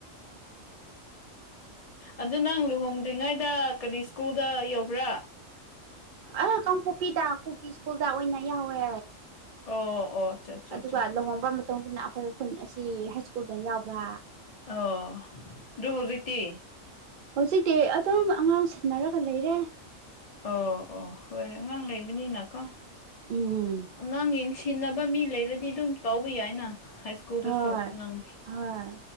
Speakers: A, on the left; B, on the right.
A: ꯑꯗꯨ ꯅꯪ ꯂꯨꯍꯣꯡꯗ꯭ꯔꯤꯉꯩꯗ ꯀꯔꯤ ꯁ꯭ꯀꯨꯜꯗ ꯌꯧꯕ꯭ꯔꯥ
B: ꯑ ꯀꯥꯡꯄꯣꯛꯄꯤꯗ ꯀꯨꯀꯤ ꯁ꯭ꯀꯨꯜꯗ ꯑꯣꯏꯅ ꯌꯥꯎꯋꯦ
A: ꯑꯣ ꯑꯣ ꯑꯠꯆꯥ ꯑꯠꯆꯥ
B: ꯑꯗꯨꯒ
A: ꯑꯠꯆꯥ
B: ꯂꯨꯍꯣꯡꯝꯕ ꯇꯣꯝꯗꯨꯅ ꯑꯩꯈꯣꯏ ꯈꯨꯟ ꯑꯁꯤ ꯍꯥꯏ ꯁ꯭ꯀꯨꯜꯗ ꯌꯥꯎꯕ
A: ꯑꯣ ꯑꯗꯨꯣ ꯍꯧꯖꯤꯛꯇꯤ
B: ꯍꯧꯖꯤꯛꯇꯤ ꯑꯗꯨꯝ ꯑꯉꯥꯡ ꯁꯦꯟꯅꯔꯒ ꯂꯩꯔꯦ
A: ꯑꯣ ꯑꯣ ꯍꯣꯏ ꯑꯉꯥꯡ ꯂꯩꯕꯅꯤꯅꯀꯣ
B: ꯎꯝ
A: ꯑꯉꯥꯡ ꯌꯦꯡꯁꯤꯟꯅꯕ ꯃꯤ ꯂꯩꯔꯗꯤ ꯑꯗꯨꯝ ꯇꯥꯎꯕ ꯌꯥꯏꯅ ꯍꯥꯏ ꯁ꯭ꯀꯨꯜꯗꯁꯨ
B: ꯍꯣꯏ
A: ꯅꯪ
B: ꯍꯣꯏ